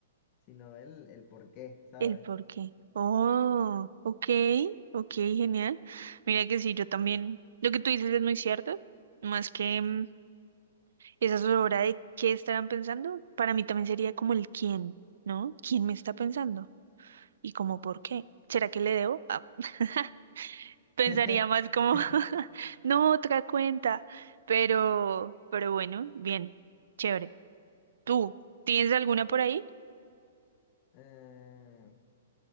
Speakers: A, on the left; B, on the right.
A: sino el, el por qué, ¿sabes?
B: El por qué. Oh, ok, ok, genial. Mira que sí, yo también, lo que tú dices es muy cierto, más que mm, esa zozobra de qué estarán pensando, para mí también sería como el quién, ¿no? ¿Quién me está pensando? Y como por qué. ¿Será que le debo? Ah, <laughs> pensaría
A: <laughs>
B: más como, <laughs> no, otra cuenta. Pero, pero bueno, bien, chévere. ¿Tú tienes alguna por ahí?
A: Eh,